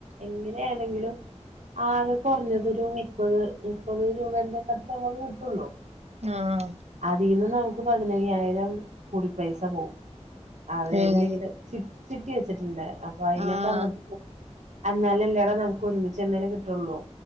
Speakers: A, on the right; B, on the right.
A: എങ്ങനെയാണെങ്കിലും. ആ അത് കൊർഞ്ഞത് ഒരു മുപ്പത് മുപ്പത് രൂപേന്റെക്കടുത്ത് ഞമ്മക്ക് കിട്ടൊള്ളൂ.
B: ആ.
A: അതിന്ന് നമക്ക് പതിനയ്യായിരം കുടി പൈസ പോവും അത്
B: ഏഹ്
A: എന്നെങ്കിലും. ചിട്ട് ചിട്ടി വെച്ചിട്ടുണ്ട് അപ്പൊ അയിനൊക്കെ
B: ആഹ്
A: അങ്ങട്ട്പോവും. അന്നാലല്ലെ ലെട ന്നമുക്ക് ഒരുമിച്ച് എന്നെലും കിട്ടൊള്ളൂ